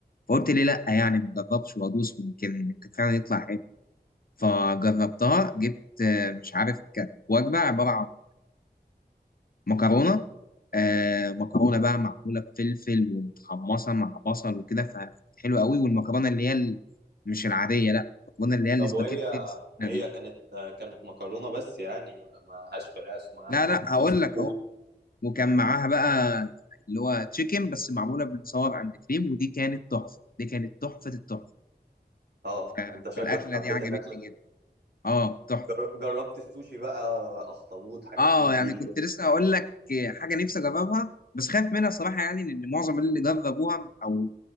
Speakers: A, on the left (about 55°); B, on the right (about 75°).
A: فقلت ليه لا يعني ما اجربش وادوس ويمكن يمكن فعلا يطلع حلو فجربتها جبت آه، مش عارف كانت وجبة عبارة عن مكرونة آه مكرونة بقى معمولة بفلفل ومتحمصة مع بصل وكده فكانت حلوة قوي والمكرونة اللي هي ال- مش العادية لا المكرونة اللي هي الاسباجيتي
B: طب وهي
A: السمينة
B: هي
A: دي
B: كانت كانت مكرونة بس يعني ما هاش فراخ ما
A: لا لا
B: في
A: هقول
B: سي
A: لك
B: فود
A: اهو وكان معاها بقى اللي هو تشيكن بس معمولة بالصور عند كريم ودي كانت تحفة دي كانت تحفة التحفة
B: اه
A: ف-
B: انت شكلك
A: فالأكلة
B: حبيت
A: دي عجبتني
B: الاكل
A: جدا اه تحفة
B: جر- جربت السوشي بقى اخطبوط حاجات
A: اه
B: من
A: يعني
B: دي
A: كنت لسه هقول لك حاجه نفسي اجربها بس خايف منها صراحه يعني لان معظم اللي جربوها او